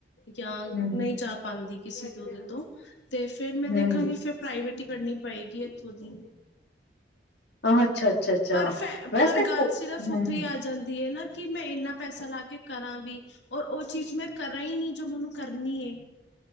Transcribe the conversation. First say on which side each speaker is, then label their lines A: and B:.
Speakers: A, on the left; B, on the left.
A: ਯਾ
B: ਹੂੰ
A: ਨਹੀਂ ਜਾ ਪਾਂਦੀ ਕਿਸੇ ਦੁੱਧ ਤੋਂ ਤੇ ਫੇਰ ਮੈਂ
B: ਹੂੰ
A: ਦੇਖਾਂਗੀ ਫ ਪ੍ਰਾਈਵੇਟ ਹੀ ਕਰਨੀ ਪਏਗੀ ਇੱਥੋਂ ਦੀ
B: ਅਹ ਅੱਛਾ। ਅੱਛਾ ਅੱਛਾ
A: ਪਰ ਫੈ
B: ਵੈਸੇ
A: ਪਰ ਗੱਲ ਸਿਰਫ਼
B: ਹੂੰ
A: ਉੱਥੇ ਈ ਆ ਜਾਂਦੀ ਏ ਨਾ ਕਿ ਮੈਂ ਇੰਨਾ ਪੈਸਾ ਲਾ ਕੇ ਕਰਾਂ ਵੀ ਔਰ ਉਹ ਚੀਜ਼ ਮੈਂ ਕਰਾਂ ਈ ਨੀ ਜੋ ਮੈਨੂੰ ਕਰਨੀ ਏ।